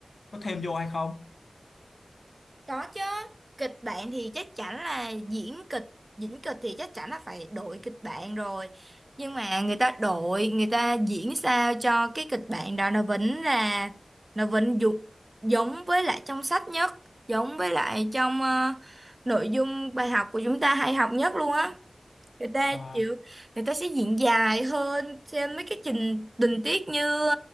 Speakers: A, on the left; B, on the right.
A: có thêm vô hay không
B: Có chứ, kịch bản thì chắc chắn là diễn kịch, diễn kịch thì chắc chắn là phải đổi kịch bản rồi. Nhưng mà người ta đổi, người ta diễn sao cho cái kịch bản đó nó vẫn là nó vẫn dục giống với lại trong sách nhất, giống với lại trong ờ, nội dung bài học của chúng ta hay học nhất luôn á người ta
A: Ờ,
B: chịu người ta sẽ diễn dài hơn trên mấy cái trình tình tiết như